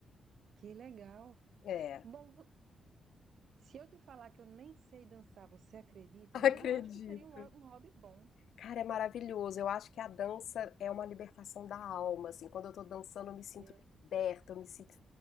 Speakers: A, on the right; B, on the left.
A: que legal.
B: é,
A: Bom, vo- se eu te falar que eu nem sei dançar, você acredita?
B: <laughs> acredito.
A: Mas eu acho que seria um, ho- um hobby bom.
B: Cara, é maravilhoso. Eu acho que a dança é uma libertação da alma, assim. Quando eu tô dançando, eu me sinto
A: Yeah.
B: liberta, eu me sinto.